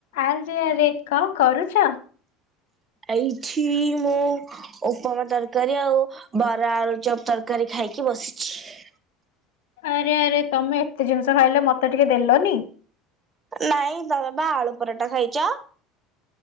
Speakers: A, on the left; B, on the right.
A: ଆଜି ଆରେ କଣ କରୁଛ?
B: ଏଇଠି ମୁଁ ଉପମା ତରକାରୀ ଆଉ ବରା ଆଳୁ ଚପ ତରକାରୀ ଖାଇକି ବସିଛି।
A: ଆରେ ଆରେ ତମେ ଏତେ ଜିନିଷ ଖାଇଲ ମତେ ଟିକେ ଦେଲନି।
B: ନାଇଁ ତମେ ବା ଆଳୁ ପରଟା ଖାଇଛ।